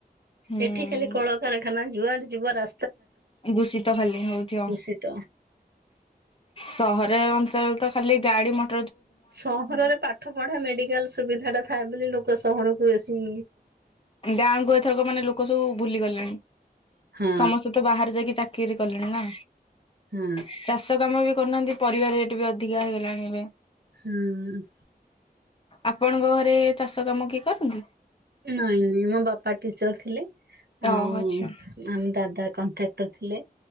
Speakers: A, on the left; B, on the right.
A: ହୁଁ।
B: ଏଠି ଖାଲି କଳକାର ଖାନା ଯୁଆଡେ ଯିବ ରା
A: ଦୂଷିତ ଖାଲି ହଉଥିବ।
B: ଦୂଷିତ
A: ସହରେ ଅଞ୍ଚଳ ତ ଖାଲି ଗାଡି ମଟ
B: ସହରରେ ପାଠ ପଢା, ମେଡିକାଲ ସୁବିଧା ଟା ଥାଏ ବୋଲି ଲୋକ ସହରକୁ ବେଶି
A: ଗାଁକୁ ଏଥରକ ମାନେ ଲୋକ ସବୁ ଭୁଲି ଗଲେଣି‌।
B: ହଁ
A: ସମସ୍ତେ ତ ବାହାରେ ଯାଇକି ଚାକିରି କଲେଣି ନା,
B: ହଁ
A: ଚାଷ କାମ ବି କରୁନାହାନ୍ତି ପରିବା ରେଟ୍ ବି ଅଧିକା ହେଇଗଲାଣି ଏବେ।
B: ହୁଁ।
A: ଆପଣଙ୍କ ଘରେ ଚାଷ କାମ କିଏ କରନ୍ତି?
B: ନାଇଁ ମୋ ବାପା ଟିଚର ଥିଲେ ଆଉ
A: ଓହୋ ଆଚ୍ଛା
B: ଆମ ଦାଦା କଣ୍ଟ୍ରାକ୍ଟର ଥିଲେ